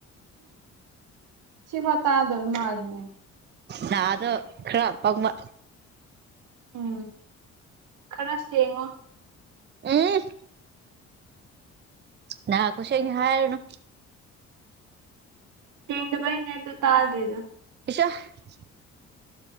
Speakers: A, on the right; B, on the right.
A: ꯁꯤ ꯐꯥꯎ ꯇꯥꯗꯕ ꯃꯥꯜꯂꯤꯅꯦ
B: ꯗꯥ ꯑꯗꯨ ꯈꯔ ꯄꯪꯕ
A: ꯎꯝ ꯈꯔ ꯁꯦꯡꯉꯣ
B: ꯎꯝ ꯅꯥ ꯈꯨꯁꯦꯡ ꯍꯥꯏꯔꯨꯅ
A: ꯁꯦꯡꯗꯕ ꯩꯅꯦ ꯑꯗꯨ ꯇꯥꯗ꯭ꯔꯤꯗꯨ
B: <unintelligible>